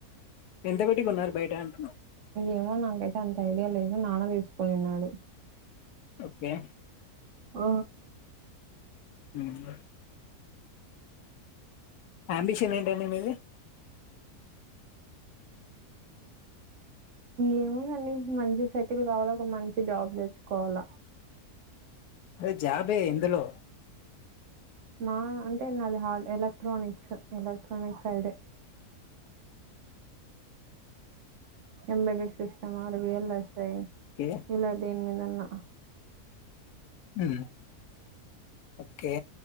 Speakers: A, on the left (about 80°); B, on the right (about 60°).
A: ఎంత పెట్టుకొన్నారు బయట అంటున్న
B: ఏమో నాకైతే అంత ఐడియా లేదు నాన్న తీసుకున్నాడు
A: ఓకే
B: ఆ
A: ఉమ్మ్ అమ్బిషన్ ఏంటండి మీది
B: ఏముందండి మంచి సెటిల్ కావాలా ఒక మంచి జాబ్ తెచ్చుకోవాలా
A: అ జాబే ఎందులో
B: నా అంటే నాది hard electronics electronics side embedded system ఆర్ వి ల్ స్ యి
A: ఓకే
B: ఎలా దేనిమీదా అ
A: హ్మ్మ్ ఓకే